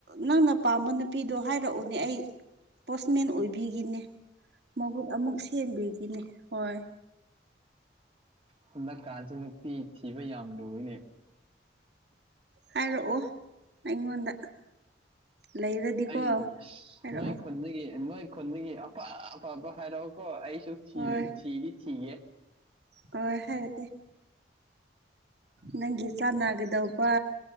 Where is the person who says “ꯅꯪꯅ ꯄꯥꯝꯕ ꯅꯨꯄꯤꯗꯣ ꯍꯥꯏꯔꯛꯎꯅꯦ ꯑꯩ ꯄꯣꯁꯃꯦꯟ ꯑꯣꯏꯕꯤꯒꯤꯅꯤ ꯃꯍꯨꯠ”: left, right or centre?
Right